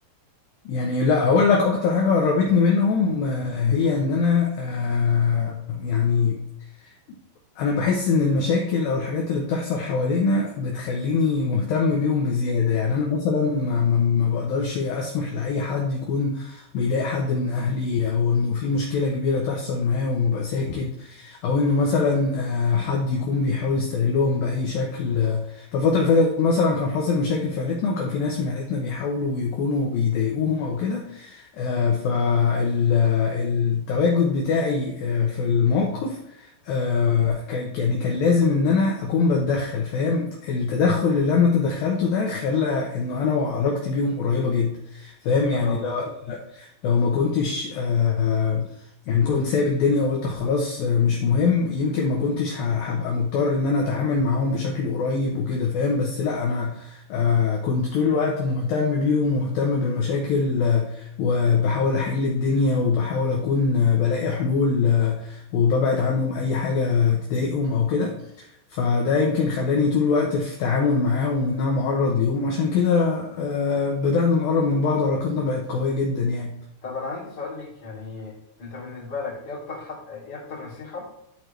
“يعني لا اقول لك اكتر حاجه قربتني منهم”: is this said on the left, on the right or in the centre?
Left